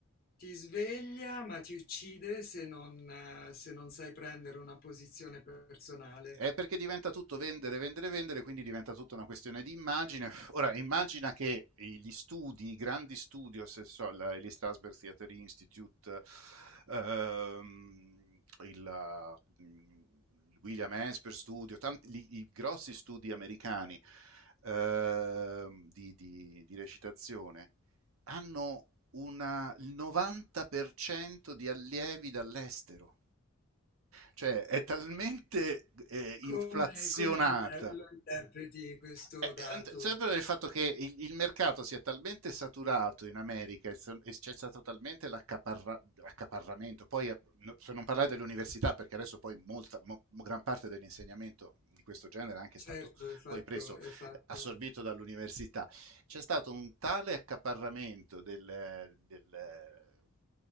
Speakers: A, on the left (about 45°); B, on the right (about 70°).
A: ti sveglia ma ti uccide se non, eh, se non sai prendere una posizione personale.
B: È perché diventa tutto vendere, vendere, vendere, quindi diventa tutta una questione di immagine. <laughs> Ora, immagina che gli studi, i grandi studios, eh, so, la- gli Strasberg Theatre Institute, ehm, il, il William Esper Studio, tanti- gli- i grossi studi americani ehm, di, di- di recitazione, hanno una- il 90% di allievi dall'estero. Cioè, è talmente eh,
A: Come,
B: inflazionata
A: come la inter- lo interpreti questo
B: eh,
A: dato?
B: sempre il fatto che il, il mercato sia talmente saturato in America e, so- e c'è stato talmente l'accaparra- l'accaparramento, poi eh, no- per non parlare dell'università, perché adesso poi molta, mo- gran parte dell'insegnamento di questo genere è anche
A: Certo,
B: è stato
A: è fatto,
B: poi preso,
A: è fatto,
B: eh, assorbito dall'università, c'è stato un tale accaparramento del, del